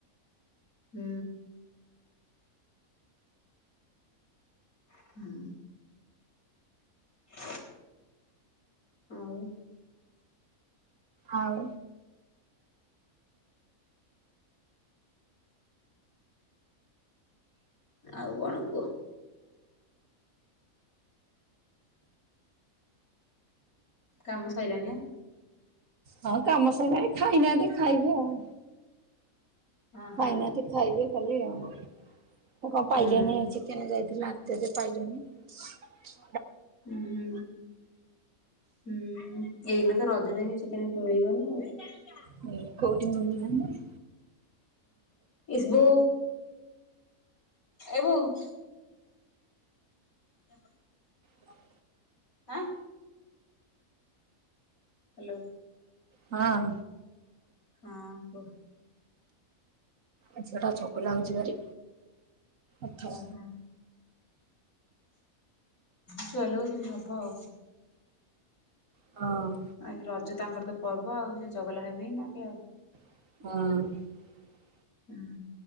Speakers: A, on the left; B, on the right.
A: ହୁଁ। ହୁଁ। ହ ଆଉ
B: ଆଉ।
A: ଆଉ କଣ କୁହ? କାମ ସୋଇ ଲଣିଆ
B: ହଁ କାମ ସଇନା ବି ଖାଇନାହାନ୍ତି ଖାଇବେ ଆଉ।
A: ହଁ ହଁ
B: ଖାଇନାହାନ୍ତି ଖାଇବେ କଲି ଆ ମୁ ପାଇିଲ
A: ହୁଁ
B: ନେଇ ଚିକେନ ଯାଇ ନାତ ଯେ ପାଇଲେ ନା
A: ହୁଁ ହୁଁ ହୁଁ ଏଇନା ତ ରଜରେ ହି ଚିକେନ ମିଳିବନି ଆଉ।
B: ହୁଁ କୋଉଠି ମିଳୁନାହିଁ।
A: ହୁଁ ସ୍ବୁ ଏ ବୋଉ। ହ
B: ହଁ
A: ଆଁ ହ୍ୟାଲୋ
B: ହଁ।
A: ହଁ କୁହ
B: ଆଛଟା ଛକ ଲାଗୁଛି ଭାରି ଆଛ।
A: ହଁ ହଁ ଛୁଆ ଲ ସେମିତି ହବ ଆଉ।
B: ହଁ
A: ଆ ରଜ ତାଙ୍କର ଗୋଟେ ପର୍ବ ଆଉ ସେ ଚଗଲା ହେବେହି ନା କିଏ ଆଉ
B: ହଁ
A: ହୁଁ